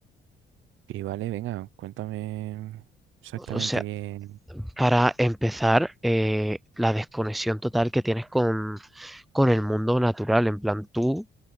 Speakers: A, on the right; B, in the centre.
A: Y vale, venga, cuéntame exactamente
B: O sea,
A: qué...
B: para empezar, eh, la desconexión total que tienes con, con el mundo natural. En plan, tú